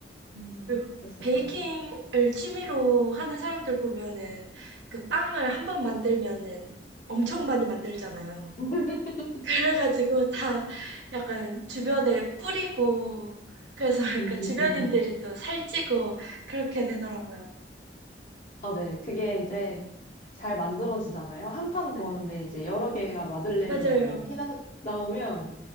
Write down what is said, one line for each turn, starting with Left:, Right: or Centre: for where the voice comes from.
Left: 음,
Right: 그
Left: 그랬었어요.
Right: 베이킹을 취미로 하는 사람들 보면은 그 빵을 한 번 만들면은 엄청 많이 만들잖아요.
Left: <laughs>
Right: 그래가지고 다 약간 주변에 뿌리고 그래서 <laughs>
Left: 음,
Right: 약간
Left: 음,
Right: 주변인들이
Left: 음, 음.
Right: 또 살찌고 그렇게 되더라고요.
Left: 아, 네. 그게 이제 잘 만들어지잖아요. 한 판
Right: 네.
Left: 구하는데 이제 여러 개가 마들렌이나
Right: 맞아요.
Left: 뭐 휘낭 나오면